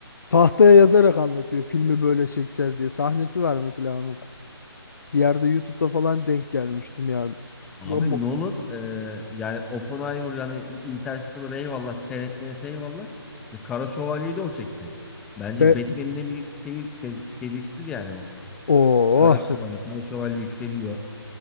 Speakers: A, on the left; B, in the centre.
A: tahtaya yazarak anlatıyor filmi böyle çekeceğiz diye. Sahnesi var mesela onun. Bir yerde YouTube'da falan denk gelmiştim ya.
B: Abi
A: Ya mu-
B: Nolan e, yani Oppenheimer yani Interstellar eyvallah. Tenet eyvallah. İşte Kara Şövalye'yi de o çekti. Bence
A: Be
B: Batman'in en iyi şeyi, se- serisidir yani o.
A: oh.
B: Kara Şövalye. Kara Şövalye yükseliyor.